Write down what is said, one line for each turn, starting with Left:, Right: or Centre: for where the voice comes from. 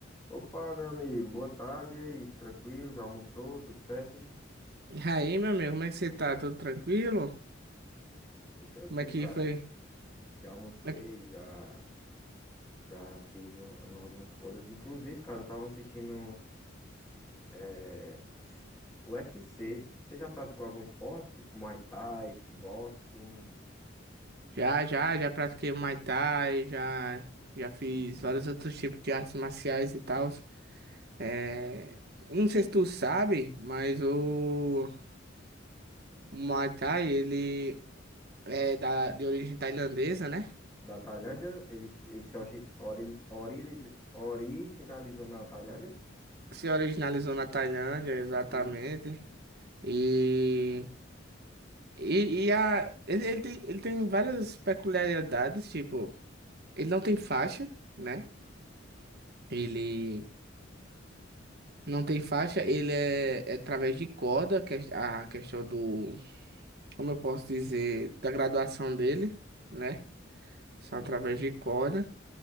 Left: Opa, meu amigo, boa tarde e aí, tranquilo? Já almoçou? Tudo certo?
Right: E aí, meu amigo, como é que você tá? Tudo tranquilo?
Left: Tudo tranquilo,
Right: Como é que
Left: cara.
Right: foi?
Left: Já almocei,
Right: Como é que-
Left: já, já fiz um- um- algumas coisas. Inclusive, cara, eu tava assistindo é, UFC. Você já praticou algum esporte? Tipo Muay Thai, kickboxing,
Right: Já, já, já pratiquei Muay Thai, já, já fiz
Left: enfim.
Right: vários outros tipos de artes marciais e tal. É... Não sei se tu sabe, mas o, o Muay Thai, ele é da... de origem tailandesa, né?
Left: Da Tailândia? Ele, ele se orgi- ori- orili- originalizou na Tailândia?
Right: Se originalizou na Tailândia, exatamente.
Left: Sim,
Right: E, e, e a... ele, ele tem... ele tem várias peculiaridades, tipo, ele não tem faixa, né? Ele Não tem faixa, ele é, é através de corda, que é a questão do, como eu posso dizer, da graduação dele, né? São
Left: sim.
Right: através de corda.